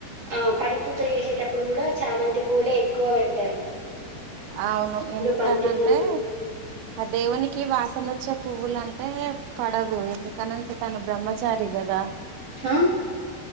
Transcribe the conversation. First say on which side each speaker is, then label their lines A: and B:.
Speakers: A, on the right (about 45°); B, on the right (about 85°).
A: ఆహ్ పడి పూజ చేసేటప్పుడు కూడా చామంతి పూలే ఎక్కువ పెడ్
B: అవును ఎందుకని
A: బంతి
B: అంటే
A: పూలు
B: ఆ దేవునికి వాసన వచ్చే పువ్వులు అంటే పడదు ఎందుకని తను బ్రహ్మచారి గదా
A: ఆ?